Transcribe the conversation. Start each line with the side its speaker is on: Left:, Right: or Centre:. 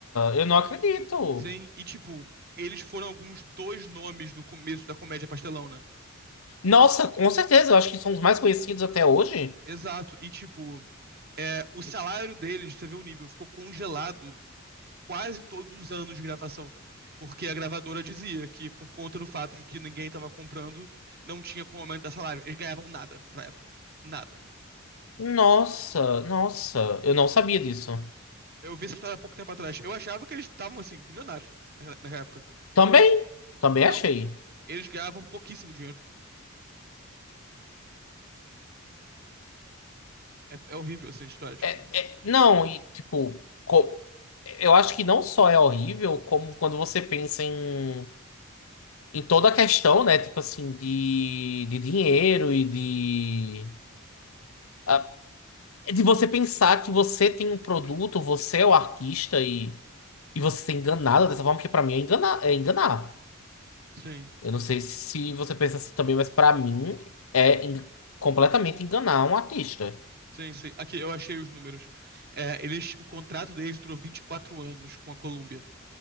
Left: eu não acredito.
Right: Sim, e tipo, eles foram alguns dois nomes do começo da comédia pastelão, né?
Left: Nossa, com certeza, eu acho que são os mais conhecidos até hoje.
Right: Exato, e tipo, é, o salário deles, você vê o nível, ficou congelado quase todos os anos de gravação. Porque a gravadora dizia que, por conta do fato de que ninguém estava comprando, não tinha como aumentar salário. Eles ganhavam nada pra época. Tipo, Nada.
Left: Nossa, nossa, eu não sabia disso.
Right: Eu vi essa história há pouco tempo atrás. Eu achava que eles estavam, assim, bilionários naquela naquela época.
Left: Também, também achei.
Right: Não, eles ganhavam pouquíssimo dinheiro. É, é horrível, assim, a história, tipo.
Left: É, é, não, e tipo, co- eu acho que não só é horrível, como quando você pensa em, em toda a questão, né? Tipo assim, de, de dinheiro e de. ah, é De você pensar que você tem um produto, você é o artista e, e você ser enganado dessa forma, que pra mim é enganar, é enganar.
Right: Sim.
Left: Eu não sei se você pensa assim também, mas pra mim é en- completamente enganar um artista.
Right: Sim, sim. Aqui, eu achei os números. É, eles, o contrato deles durou 24 anos com a Columbia.